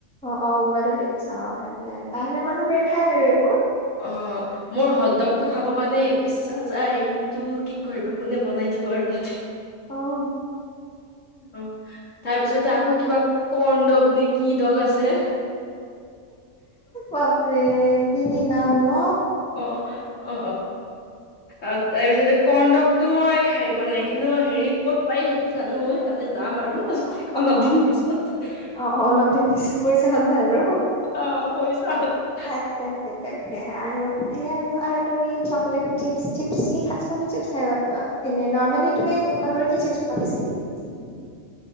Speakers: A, in the centre; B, on the left (about 65°).
A: অ অ মোবাইলত দেখিছা অ তাকে বাহিৰৰ মানুহবোৰে খাই আৰু এইবোৰ
B: অ মোৰ হ্ৰদ্ৰগটো
A: অ',
B: খাব কাৰণে ইচ্ছা। চা যায় কিন্তু কি কৰিবা কোনে বনাই দিব আৰু ইয়াতে
A: অ
B: অ তাৰপিছতে
A: তাকে
B: আকৌ কিবা কন দগ নে কি দগ আছিলে।
A: বাপৰে কি? কি নাম নো।
B: অ', অ', অ তাৰপিছতে কৰ্ডকতটো মই খাই পোৱা নাই কিন্তু হেৰি কত পাই সেইটো জানো তাতে যাম আৰু
A: আচ্ছা অ',
B: অলপ
A: অ',
B: দিন
A: অ'।
B: পিছত
A: অ অ অলপ দিন পিছত পইচা হ'লে আৰু
B: অ পইচা হলে
A: তাক তাক তাকে আৰু সেই আৰু তুমি চকলেট চিপ চিপ কি কোন চিপ খাই ভাল পোৱা এনে নৰ্মেলি তুমি দোকান কি চিপ, খোৱা বেছি,